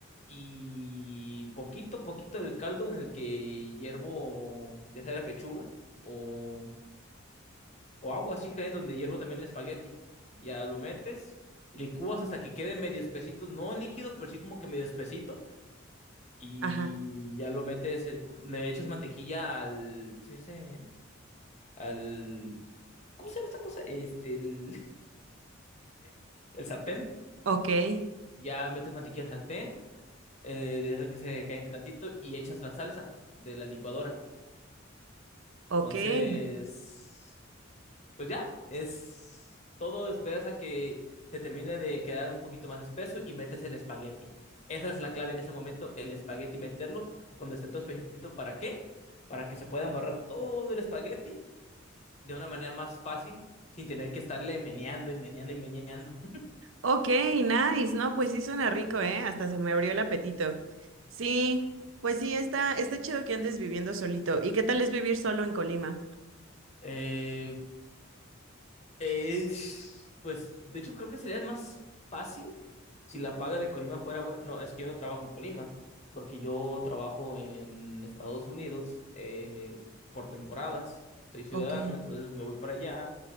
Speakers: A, on the left; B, on the right.
A: y poquito, poquito del caldo en el que hiervo ya sea la pechuga o o agua así caliente donde hiervo también el espagueti. Ya lo metes, licúas hasta que quede medio espesito, no líquido, pero sí como que medio espesito. Y
B: Ajá.
A: ya lo metes, eh, co- le echas mantequilla al, ¿cómo se dice? Al, ¿cómo se llama esta cosa? Este, el, <laughs> el sartén.
B: Ok.
A: Ya metes mantequilla al sartén, eh, dejas que se caliente tantito y echas la salsa de la licuadora.
B: Ok.
A: Entonces... pues ya, es todo esperas a que se termine de quedar un poquito más espeso y metes el espagueti. Esa es la clave en ese momento, el espagueti meterlo cuando esté todo espesito. ¿Para qué? Para que se pueda embarrar todo el espagueti de una manera más fácil sin tener que estarle meneando y meneando y meneando. <laughs>
B: Ok, nice, ¿no? Pues sí suena rico, ¿eh? Hasta se me abrió el apetito. Sí, pues sí, está, está chido que andes viviendo solito. ¿Y qué tal es vivir solo en Colima?
A: Eh, Eh, pues de hecho creo que sería más fácil si la paga de Colima fuera buena. No, es que yo no trabajo en Colima, porque yo trabajo en Estados Unidos eh, por temporadas. Soy ciudadano,
B: Ok.
A: entonces me voy para allá,